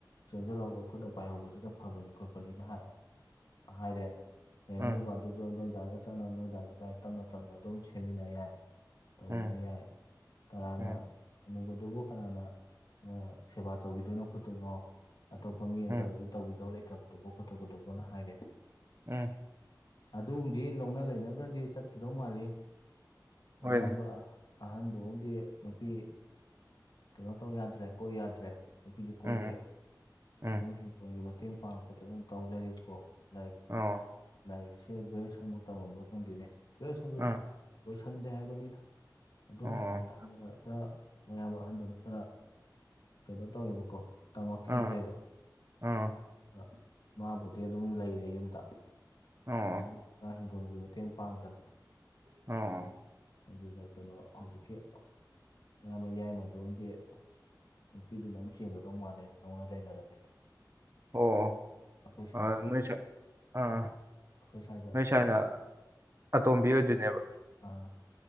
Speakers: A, on the left; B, on the right.
A: ꯆꯦꯟꯁꯤꯜꯍꯧꯕ ꯈꯨꯠꯅ ꯄꯥꯏꯍꯧꯕꯁꯤꯅ ꯐꯕꯅꯤ ꯈꯣꯠꯄꯅꯤꯅ ꯍꯥꯏꯔꯦ <unintelligible> ꯑꯦ
B: ꯎꯝ
A: ꯅꯣꯏ ꯕꯥꯗꯨꯁꯨ ꯅꯣꯏ ꯗꯥꯒ ꯆꯪꯅ ꯅꯣꯏꯗꯥꯁꯨ ꯂꯥꯏꯔꯤꯛ ꯇꯞꯅ ꯇꯞꯅ ꯑꯗꯨꯝ ꯁꯦꯝꯃꯤꯟꯅ ꯌꯥꯏ ꯇꯧꯃꯤꯟꯅ
B: ꯎꯝ
A: ꯌꯥꯏ ꯀꯅꯥꯅ
B: ꯎꯝ
A: ꯑꯅꯨꯕꯗꯨꯕꯨ ꯀꯅꯥꯅ ꯁꯦꯕꯥ ꯇꯧꯕꯤꯗꯣꯏꯅꯣ ꯈꯣꯠꯇꯣꯏꯅꯣ ꯑꯇꯣꯞꯄ ꯃꯤ ꯑꯟꯇꯗ
B: ꯎꯝ
A: ꯇꯧꯕꯤꯗꯧ ꯂꯩꯇ꯭ꯔꯕꯗꯨꯕ ꯈꯣꯠꯇꯕꯗꯨꯕꯨꯅ ꯍꯥꯏꯔꯦ
B: ꯎꯝ
A: ꯑꯗꯨꯒꯝꯗꯤ ꯂꯧꯅ ꯂꯩꯅꯒ꯭ꯔꯗꯤ ꯆꯠꯈꯤꯗꯧ ꯃꯥꯜꯂꯤ ꯃꯌꯥꯝꯕ
B: ꯍꯣꯏꯅꯦ
A: ꯑꯍꯟꯗꯨꯗꯤ ꯅꯨꯄꯤ ꯀꯩꯅꯣ ꯇꯧ ꯌꯥꯗ꯭ꯔꯦ ꯀꯣꯏ ꯌꯥꯗ꯭ꯔꯦ ꯅꯨꯄꯤꯁꯨ ꯀꯣꯏꯗꯦ
B: ꯎꯝ ꯎꯝ
A: ꯑꯗꯨꯝ ꯍꯤꯡꯈꯣꯜꯒꯤ ꯃꯇꯦꯡ ꯄꯥꯡꯉꯛꯄꯗꯅ ꯑꯗꯨꯝ ꯇꯧ ꯂꯩꯔꯤꯕꯀꯣ ꯂꯥꯏꯔꯤꯛ
B: ꯑꯥ
A: ꯂꯥꯏꯔꯤꯛꯁꯦ ꯒ꯭ꯔꯦꯖꯨꯌꯦꯁꯟꯕꯨꯥꯎ ꯇꯃꯝꯕ꯭ꯔ ꯈꯪꯗꯦꯅꯦ ꯒ꯭ꯔꯦꯖꯨꯑꯁꯟꯗꯨ
B: ꯑꯥ
A: ꯂꯣꯏꯁꯟꯗꯦ ꯍꯥꯏꯕꯅꯤꯗ ꯑꯗꯨꯝ
B: ꯑꯣ
A: <unintelligible> ꯈꯔ ꯃꯌꯥꯝꯕ ꯑꯍꯟꯗꯨꯅ ꯈꯔ ꯀꯩꯅꯣ ꯇꯧꯋꯦꯕꯀꯣ ꯇꯝꯃꯛꯈꯤꯗ꯭ꯔꯦꯕ
B: ꯑꯥ ꯑꯥ
A: ꯑ ꯃꯥꯕꯨꯗꯤ ꯑꯗꯨꯝ ꯂꯩꯔꯦ ꯌꯨꯝꯗ
B: ꯑꯣ
A: ꯐꯣꯟꯒꯤ ꯃꯇꯦꯡ ꯄꯥꯡꯗꯅ
B: ꯑꯣ
A: ꯑꯗꯨꯒ ꯀꯩꯅꯣ ꯍꯧꯖꯤꯛꯀꯤ ꯃꯌꯥꯝꯕ ꯌꯥꯏꯃ ꯗꯨꯝꯗꯤ ꯅꯨꯄꯤꯗꯨꯅ ꯑꯃꯝ ꯆꯦꯟꯒꯗꯧ ꯃꯥꯜꯂꯦ ꯅꯧꯅ ꯂꯩꯅꯔꯗꯤ
B: ꯑꯣ
A: ꯑꯩꯈꯣꯏ
B: <unintelligible>
A: ꯑꯈꯣꯏ ꯁꯥꯏꯗ
B: ꯅꯣꯏ ꯁꯥꯏꯅ ꯑꯇꯣꯝꯕꯤ ꯑꯣꯏꯗꯣꯏꯅꯦꯕ
A: ꯑꯥ